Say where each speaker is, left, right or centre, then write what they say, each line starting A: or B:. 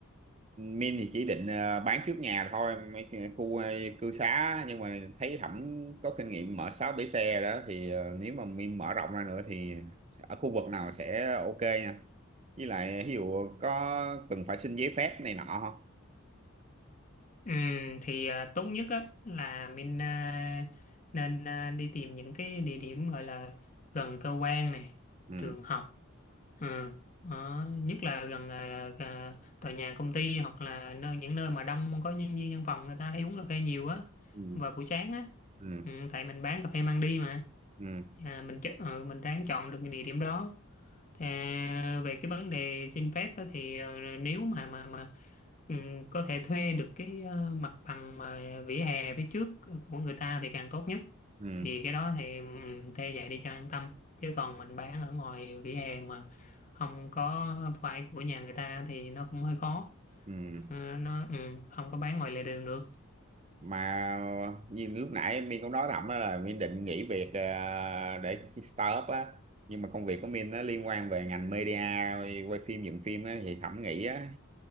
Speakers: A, on the right; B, on the left.
A: Min thì chỉ định ờ, bán trước nhà thôi mấy cái khu ờ, cư xá nhưng mà thấy Khẩm có kinh nghiệm mở sáu bể xe đó thì ờ, nếu mà Min mở rộng ra nữa thì ở khu vực nào sẽ ok nha với lại ví dụ có cần phải xin giấy phép này nọ không
B: ừ, thì ờ, tốt nhất á, là mình ờ, nên ờ, đi tìm những cái địa điểm gọi là gần cơ quan này
A: ừ
B: trường học Ừ. Đó. Nhất là gần à, à, tòa nhà công ty hoặc là nơi những nơi mà đông có nhân viên văn phòng người ta hay uống cà phê nhiều á
A: ừ
B: vào buổi sáng á
A: ừ
B: ừ, tại mình bán cà phê mang đi mà
A: ừ
B: à, mình ch- ừ, mình ráng chọn được địa điểm đó à, về cái vấn đề xin phép á, thì ờ, nếu mà mà mà Ừ, có thể thuê được cái ờ, mặt bằng mà vỉa hè phía trước của người ta thì càng tốt nhất
A: ừ
B: thì cái đó thì ừ, thuê vậy đi cho an tâm chứ còn mình bán ở ngoài vỉa hè mà không có phải của nhà người ta thì nó cũng hơi khó
A: ừ
B: Ừ, nó ừ, không có bán ngoài lề đường được
A: mà như lúc nãy Min cũng nói thầm á là Min định nghỉ việc ờ, để startup á nhưng mà công việc của Min nó liên quan về ngành media quay phim dựng phim á thì Thẩm nghĩ á